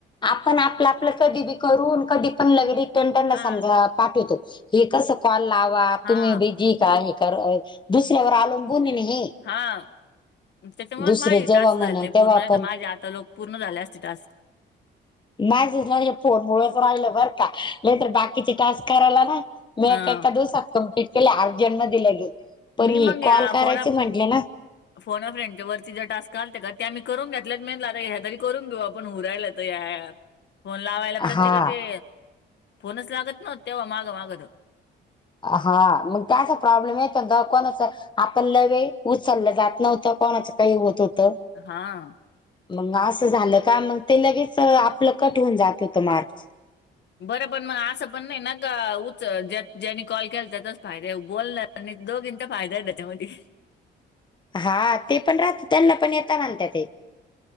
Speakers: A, on the left (about 25°); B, on the left (about 60°).
A: आपण आपलं आपलं कधी बी करून कधी पण लगेच रिटर्न त्यांना
B: हा
A: समजा पाठवितो. हे कसं कॉल लावा
B: हा
A: तुम्ही बिझी का हे करा दुसऱ्यावर अवलंबून आहे ना हे.
B: हा त्याच्यामुळे
A: दुसरे
B: माझी
A: जेव्हा
B: टास्क
A: म्हणल
B: झाली नाही
A: तेव्हा
B: पूर्ण
A: आपण
B: तर माझे आता लोक पूर्ण झाल्या असते टास्क.
A: माझे पण ना हे फोन मुळंच राहिलं बर का नाही तर बाकीचे टास्क करायला ना मी
B: हा
A: एका एका दिवसात कम्प्लीट केले अर्जंट मध्ये लगेच पण
B: मी
A: ये
B: मग
A: कॉल
B: या
A: करायचे
B: फोन
A: म्हटले ना
B: फोन अ फ्रेंडच्या वरती जे टास्क आलते का ते आपण करून घेतल्यात म्हणलं आता ह्या तरी करून घेऊ आपण होऊ राहील तर. दया फोन लावायला प्रत्येकाचे
A: हा.
B: फोनच लागतं नव्हते तेव्हा माग माग
A: हा मग काय असा प्रॉब्लेम येत कोणाचा आपण लवे उचललं जात नव्हतं कोणाचं काही होत होतं.
B: हा
A: मग असं झालं का मग ते लगेच आपलं कट होऊन जात होतं माग
B: बरं पण मग असं पण नाही ना का उचल ज्या ज्यांनी कॉल केला त्यातच फायदा ये बोलणाऱ्या आणि दोघींचा फायदा आहे त्याच्यामध्ये
A: हा ते पण राहत त्यांना पण येेत म्हणता ते